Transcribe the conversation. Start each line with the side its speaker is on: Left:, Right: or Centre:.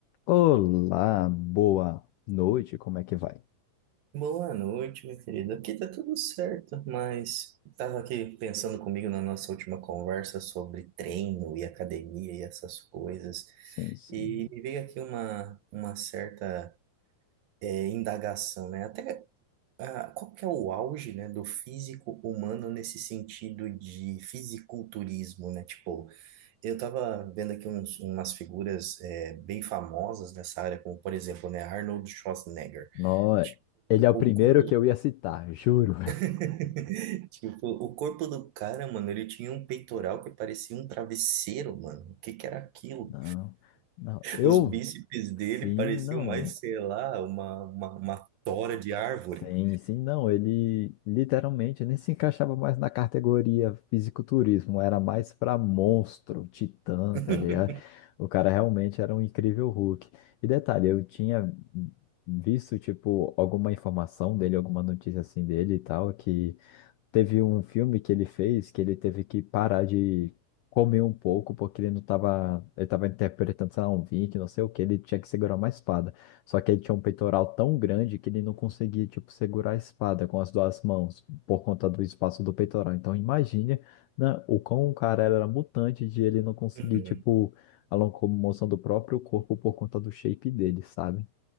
Left: Olá, boa noite, como é que vai?
Right: Boa noite, minha querida. Aqui tá tudo certo, mas tava aqui pensando comigo na nossa última conversa sobre treino e academia e essas coisas,
Left: Sim, sim.
Right: e me veio aqui uma, uma certa eh, indagação, né? Até ah, qual que é o auge, né, do físico humano nesse sentido de fisiculturismo, né? Tipo, eu tava vendo aqui uns, umas figuras eh, bem famosas nessa área, como por exemplo, né, Arnold Schwarzenegger.
Left: Nó- Ele
Right: Tipo,
Left: é o primeiro
Right: o corpo
Left: que eu ia citar, <laughs> juro.
Right: <laughs> Tipo, o corpo do cara, mano, ele tinha um peitoral que parecia um travesseiro, mano. O que que era aquilo?
Left: Não, não, eu.
Right: Os bíceps dele
Left: Sim,
Right: pareciam
Left: não.
Right: mais, sei lá, uma, uma, uma tora de árvore.
Left: Sim, sim, não. Ele literalmente nem se encaixava mais na categoria fisiculturismo, era mais pra monstro, titã,
Right: <laughs>
Left: tá ligado? O cara realmente era um incrível Hulk. E detalhe, eu tinha visto, tipo, alguma informação dele, alguma notícia assim dele e tal, que. Teve um filme que ele fez que ele teve que parar de comer um pouco porque ele não tava, ele tava interpretando, sei lá, um Vink, não sei o que, ele tinha que segurar uma espada. Só que ele tinha um peitoral tão grande que ele não conseguia, tipo, segurar a espada com as duas mãos por conta do espaço do peitoral. Então imagine, né, o quão o cara era mutante de ele não conseguir,
Right: Uhum.
Left: tipo, a locomoção do próprio corpo por conta do shape dele, sabe?